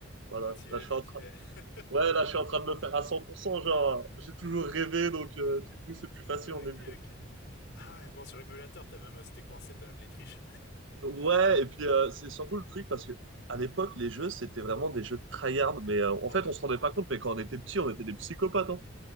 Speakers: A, on the right; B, on the left.
A: voilà,
B: Motivé,
A: là, je
B: motivé.
A: suis en train...
B: <laughs>
A: ouais, là, je suis en train de me faire à 100%. Genre, j'ai toujours rêvé, donc euh, du coup, c'est plus facile
B: Ok,
A: en émulateur.
B: ok. Ah ouais, bon, sur émulateur, t'as même, euh, c'était coincé, t'as même les triches.
A: Ouais, et puis euh, c'est surtout le truc parce que à l'époque, les jeux, c'était vraiment des jeux de tryhard. Mais euh, en
B: Ah
A: fait,
B: ouais,
A: on se rendait pas compte, mais quand on était petit, on était des psychopathes. hein.